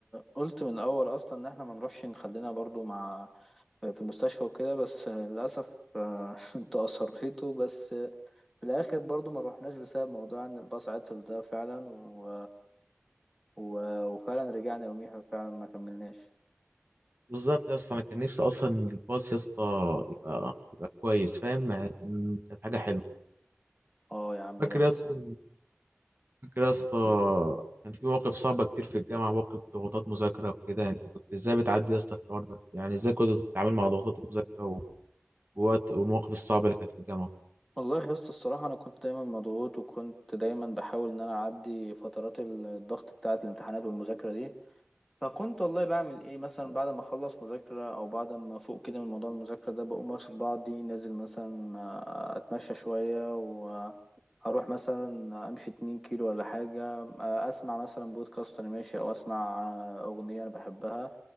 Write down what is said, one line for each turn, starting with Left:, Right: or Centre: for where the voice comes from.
Centre: قلت من الاول اصلا ان احنا ما نروحش نخلينا برضو مع في المستشفى وكده بس للاسف آه، <laughs> انت اصريتوا بس في الاخر برضو ما روحناش بسبب موضوع ان الباص عطل ده فعلا و... و... وفعلا رجعنا يوميها فعلا ما كملناش
Right: بالظبط يا اسطى انا كان نفسي اصلا الباص يا اسطى يبقى يبقى كويس فاهم يعني كان كانت حاجه حلوه
Centre: اه يا عم
Right: فاكر
Centre: يلا
Right: يا اسطى
Centre: صح
Right: فاكر يا اسطى كان في مواقف صعبة كتير في الجامعة مواقف ضغوطات مذاكرة وكده انت كنت ازاي بتعدي يا اسطى الحوار ده يعني ازاي كنت بتتعامل مع ضغوطات المذاكرة ووقت والمواقف الصعبة اللي كانت في الجامعة
Centre: والله يا اسطى الصراحة أنا كنت دايما مضغوط وكنت دايما بحاول إن أنا أعدي فترات الضغط بتاعة الامتحانات والمذاكرة دي فكنت والله بعمل ايه مثلا بعد ما اخلص مذاكرة او بعد ما افوق كده من موضوع المذاكرة ده بقوم واخد بعضي نازل مثلا آه، اتمشى شوية واروح مثلا امشي 2 كيلو ولا حاجة آه، اسمع مثلا بودكاست وانا ماشي او اسمع آه، اغنية انا بحبها